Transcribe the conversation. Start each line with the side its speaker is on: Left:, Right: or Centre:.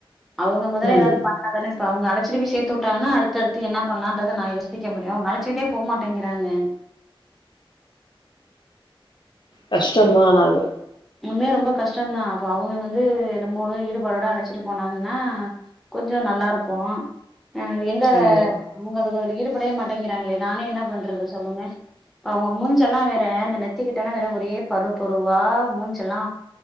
Centre: அவுங்க மொதல்ல
Left: ம்
Centre: ஏதாவது பண்ணதானே இப்ப அவுங்க அழைச்சிட்டு போய் சேத்து விட்டாங்கன்னா அடுத்தடுத்து என்ன பண்ணலான்றத நா யோசிக்க முடியு அவுங்க அழைச்சிட்டே போ மாட்டேங்கிறாங்க
Left: கஷ்டம்தா ஆனாலு
Centre: உண்மையா ரொம்ப கஷ்டதா அது அவங்க வந்து <unintelligible> ஈடுபாடோட அழைச்சிட்டு போனாங்கன்னா கொஞ்ச நல்லாருக்கு இ எங்க அவன்
Left: கண்டிப்பா
Centre: அவுங்க அதுல ஈடுபடவே மாட்டங் ங்கிறாங்களே நானு என்ன பண்றது சொல்லுங்க அவுங்க மூஞ்செல்லா வேற அந்த நெத் நெத்திக்கிட்டல்லா வேற ஒரே பருவப்பருவா மூஞ்செல்லா